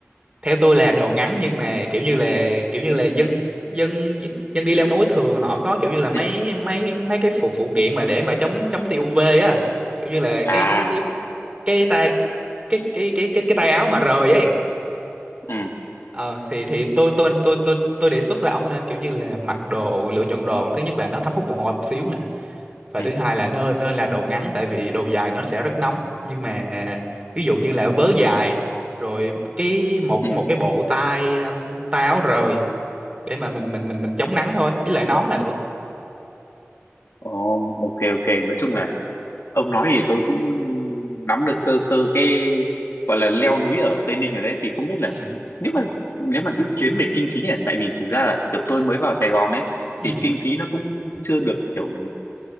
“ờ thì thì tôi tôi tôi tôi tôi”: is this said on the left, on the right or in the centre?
Right